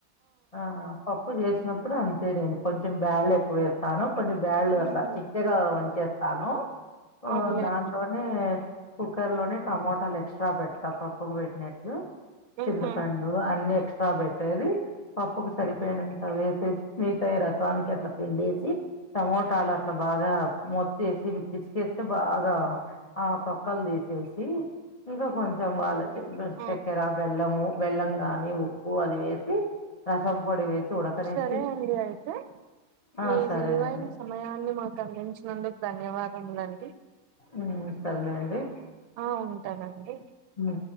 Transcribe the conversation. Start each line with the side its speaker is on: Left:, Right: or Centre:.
Left: ఆ పప్పు జేసినప్పుడు అంతే నేను కొంచెం బ్యాళ్లు ఎక్కువ ఏస్తాను కొంజెం బ్యాళ్ళు అట్లా
Right: ఉహు
Left: చిక్కగా వంచేస్తాను ఓ
Right: అవునులేండి
Left: దాంట్లోనే కుక్కర్ లోనే టమోటాలే ఎక్స్ట్రా పెడతా పప్పుకు బెట్టినట్లు
Right: ఉహు
Left: చింతపండు అన్ని ఎక్స్ సా బెట్టేది పప్పుకు సరిపోయినంత వేసేసి మిగతాయి రసానికి అట్లా పిండేసి టమోటాలు అట్లా బాగా మొత్తేసి పిసుకేసి బాగా ఆ తొక్కలు తీసేసి ఇంకా కొంచెం వాళ్ళ
Right: ఉహు
Left: చక్కెర బెల్లము బెల్లం గాని ఉప్పు అది వేసి రసం పొడి వేసి ఉడకనేసి
Right: సరే అండి అయితే
Left: ఆ
Right: మీ
Left: సరేనండి
Right: విలువ వైన సమయాన్ని మాకు అందించినందుకు ధన్యవాదములండి
Left: ఉ సరలేే అండి
Right: ఆ ఉంటానండి
Left: ఉ